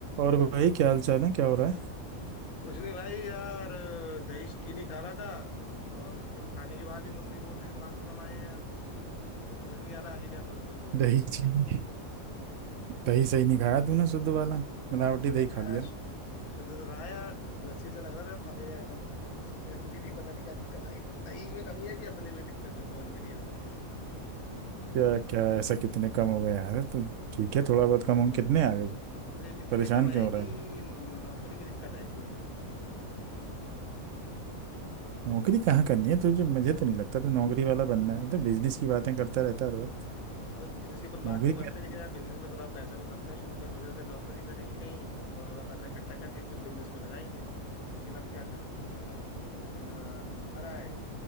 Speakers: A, on the right (about 70°); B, on the left (about 85°).
A: और भाई क्या हाल चाल है क्या हो रहा है
B: कुछ नहीं भाई यार अ, दही चीनी खा रहा था और उसके खाने के बाद ही मम्मी बोल रही कि मार्क्स कम आए हैं यार समझ नहीं आ रहा आगे क्या करूंगा जीवन
A: दही
B: में
A: चीनी दही सही नहीं खाया तूने शुद्ध वाला मिलावटी
B: अरे
A: दही खा
B: यार
A: लिया
B: शु- शुद्ध तो था यार लस्सी सा लग रहा था अब खा के गया था लेकिन अभी भी पता नहीं क्या दिक्कत आई दही में कमी है कि अपने में दिक्कत हुई समझ में नहीं आ रहा कुछ
A: क्या क्या ऐसा कितने कम हो गया यार तो ठीक है थोड़ा बहुत कम हो कितने आ गए
B: अरे इतने
A: परेशान
B: कम है
A: क्यों हो
B: कि
A: रहा है
B: नौकरी की दिक्कत आएगी भाई
A: नौकरी कहाँ करनी है तुझे मुझे तो नहीं लगता तू नौकरी वाला बनना है तो बिजनेस की बातें करता रहता है हर वक्त
B: हाँ तो बिजनेस की अपन बात
A: नौकरी
B: तो करते
A: क्या
B: हैं लेकिन यार बिजनेस में थोड़ा पैसा भी तो लगता है शुरू में सोच रहे थे नौकरी करेंगे कहीं तो थोड़ा थोड़ा पैसा इकट्ठा करके फिर बिजनेस में लगाएंगे लेकिन अब क्या करें साला वो ना नंबर आए